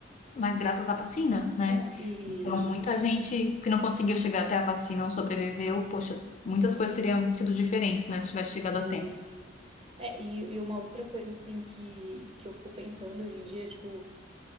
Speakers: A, on the left; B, on the right.
A: mas graças à vacina, né?
B: não, e
A: Então, muita gente que não conseguiu chegar até a vacina não sobreviveu, poxa, muitas coisas teriam sido diferentes, né? Se tivesse chegado a
B: E,
A: tempo.
B: é, e, e uma outra coisa, assim, que, que eu fico pensando hoje em dia, tipo,